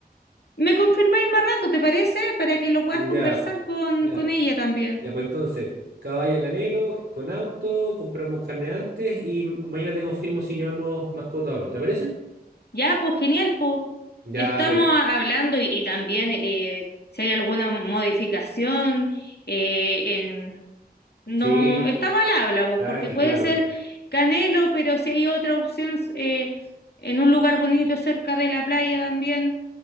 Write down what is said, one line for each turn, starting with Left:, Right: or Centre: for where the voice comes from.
Left: ¿Me confirmáis más rato, te parece? Para que lo puedas
Right: Ya,
Left: conversar con,
Right: ya,
Left: con ella también.
Right: ya, pues entonces, caballa Canelo, eh, con auto, compramos carne antes y m- mañana te confirmo si llevamos mascota o no, ¿te parece?
Left: Ya, pues genial, pues
Right: Ya,
Left: estamos
Right: pues,
Left: a- hablando y, y también eh, si hay alguna modificación, eh, en- no
Right: sí,
Left: está mal habla, pues,
Right: tranqui,
Left: porque puede
Right: claro.
Left: ser Canelo, pero si hay otra opción eh, en un lugar bonito cerca de la playa también,